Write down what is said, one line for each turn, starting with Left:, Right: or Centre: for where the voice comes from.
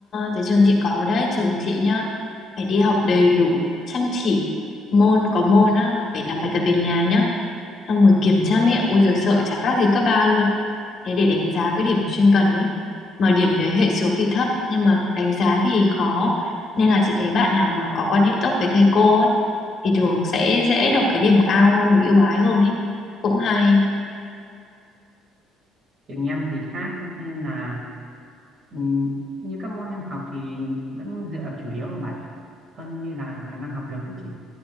Left: thế trường chị có đấy, trường chị nhá, phải đi học đầy đủ, chăm chỉ, môn có môn á, phải làm bài tập về nhà nhá, xong rồi kiểm tra miệng, ôi rồi sợ chả khác gì cấp 3 luôn, thế để đánh giá cái điểm chuyên cần ấy, mà điểm đấy hệ số thì thấp, nhưng mà đánh giá thì khó, nên là chị thấy bạn nào mà có quan hệ tốt với thầy cô ấy, thì thường sẽ dễ được cái điểm cao hơn, được ưu ái hơn ấy, cũng hay.
Right: trường em thì khác thế nên là ừm, như các môn em học thì vẫn dựa chủ yếu vào bản thân như là khả năng học lực ấy chị